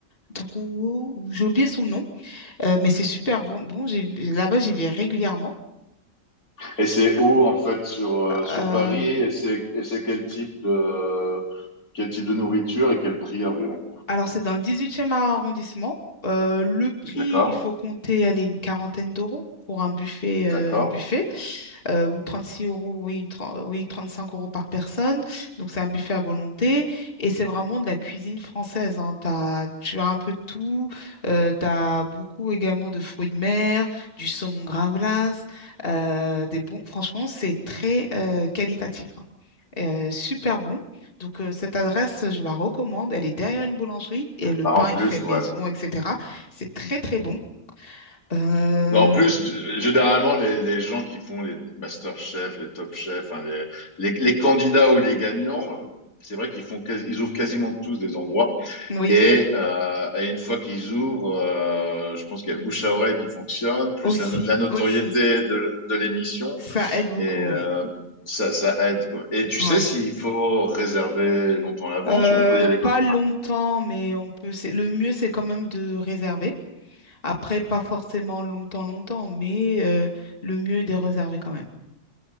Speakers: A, on the left; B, on the left.
A: Drouot, ou j'ai oublié son nom, euh, mais c'est super bon. Bon, j'ai- là-bas, j'y vais régulièrement.
B: Et c'est où, en fait, sur, euh, sur
A: Euh,
B: Paris? Et c'est, et c'est quel type de, quel type de nourriture et quel prix environ?
A: Alors, c'est dans le dix-huitième arrondissement. Euh, le prix,
B: D'accord,
A: il faut compter, allez, une quarantaine d'euros pour un buffet, euh,
B: d'accord.
A: un buffet euh, ou six euros, oui, une tren- oui, cinq euros par personne. Donc, c'est un buffet à volonté et c'est vraiment de la cuisine française. hein. T'as- tu as un peu de tout. Euh, tu as beaucoup également de fruits de mer, du saumon gravlax, euh, des bons. Franchement, c'est très euh, qualitatif. hein. Euh, super bon. Donc, euh, cette adresse, je la recommande. Elle est derrière une boulangerie et le
B: Ah,
A: pain,
B: en plus,
A: il fait maison,
B: ouais,
A: etc. C'est très, très bon. Euh,
B: Bon, En plus, g- généralement, les, les gens qui font les Master Chef, les Top Chef, enfin, les, les- les candidats ou les gagnants, c'est vrai qu'ils font, quasi- ils ouvrent quasiment tous des endroits.
A: oui,
B: Et, euh, et une fois qu'ils ouvrent, euh, je pense qu'il y a le bouche à oreille qui fonctionne, plus
A: aussi,
B: la, no- la notoriété
A: aussi.
B: de, de l'émission,
A: Ça aide beaucoup,
B: et euh,
A: oui.
B: ça, ça aide, quoi. Et tu
A: Ouais.
B: sais s'il faut réserver longtemps à l'avance
A: Euh,
B: ou on peut y aller comme...
A: pas longtemps,
B: ça?
A: mais on peut. c'est- Le mieux, c'est quand même de réserver. Après, pas forcément longtemps, longtemps, mais euh, le mieux est de réserver quand même.